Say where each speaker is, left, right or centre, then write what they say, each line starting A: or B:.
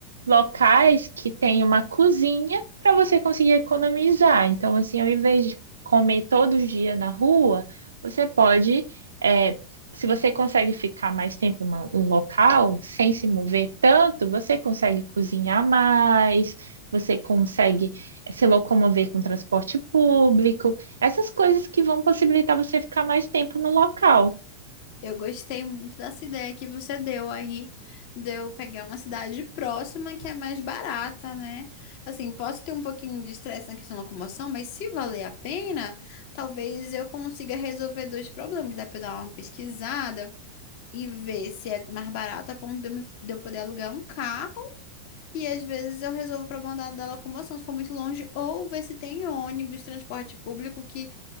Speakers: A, on the right; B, on the left.
A: locais que tenham uma cozinha para você conseguir economizar. Então, assim, ao invés de comer todo dia na rua, você pode é, se você consegue ficar mais tempo em uma- um local sem se mover tanto, você consegue cozinhar mais, você consegue eh, se locomover com transporte público, essas coisas que vão possibilitar você ficar mais tempo no local.
B: Eu gostei muito dessa ideia que você deu aí, de eu pegar uma cidade próxima que é mais barata, né? Assim, posso ter um pouquinho de estresse na questão da locomoção, mas se valer a pena, talvez eu consiga resolver dois problemas. Dá pra eu dar uma pesquisada e ver se é mais barato a ponto de eu me- de eu poder alugar um carro. E às vezes eu resolvo o problema da, da locomoção, se for muito longe, ou ver se tem ônibus, transporte público que